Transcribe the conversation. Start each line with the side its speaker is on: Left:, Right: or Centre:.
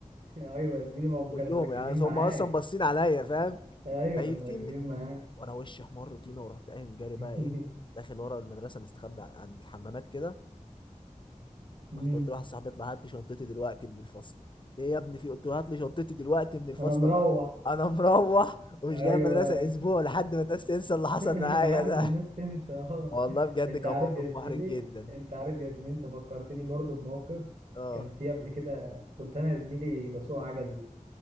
Right: ايوه يا زميلي ما هم
Left: كلهم
Right: كانوا مركزين
Left: يعني
Right: معاك
Left: هم اصلا باصين عليا فاهم
Right: ايوه
Left: ميتين
Right: كانوا مركزين
Left: من-
Right: معاك
Left: وانا وشي احمر طينة ورحت قايم جاري
Right: <laughs>
Left: بقى ايه داخل ورا المدرسة مستخبي عند الحمامات كده
Right: أمم.
Left: رحت قلت لواحد صاحبي اطلع هات لي شنطتي دلوقتي من الفصل ليه يا ابني في قلت له هات لي شنطتي دلوقتي من الفصل
Right: انا مروح
Left: انا انا مروح ومش
Right: ايوه
Left: جاي المدرسه اسبوع لحد ما الناس تنسى اللي حصل
Right: <laughs>
Left: معايا
Right: لحد
Left: ده
Right: ما الناس تنسى
Left: <laughs>
Right: <laughs> اه
Left: والله بجد
Right: انت
Left: كان
Right: عارف
Left: موقف
Right: يا زميلي
Left: محرج جدا
Right: انت عارف يا زميلي انت فكرتني برضو بموقف
Left: اه
Right: كان فيه قبل كده كنت انا يا زميلي بسوق عجل